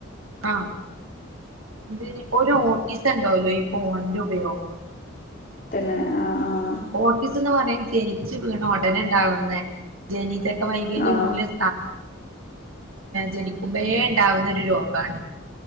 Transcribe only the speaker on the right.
ആഹ് എതി ഒരു ഓട്ടിസം ഉണ്ടാവല്ലോ ഈ ഫോണിന്റെ ഉപയോഗം
ഓട്ടിസം എന്ന് പറഞ്ഞ ജനിച്ചു വീണ ഉടനെ ഉണ്ടാവുന്ന ജനിതക വൈകല്യം
മൂലം ജനിക്കുമ്പോഴേ ഉണ്ടാവുന്ന ഒരു രോഗം കാൺ